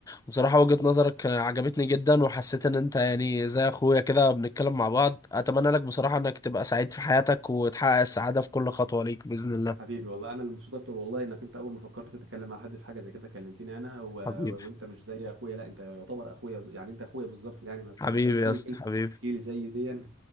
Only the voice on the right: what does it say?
حبيبي والله انا اللي مبسوط اكتر والله انك انت اول ما فكرت تتكلم مع حد في حاجه زي كده كلمتني انا و...
وانت مش زي اخويا لا انت يعتبر اخويا ز- يعني انت اخويا بالظبط يعني ما
تشيل
كلمه
شيل زي دي <laughs>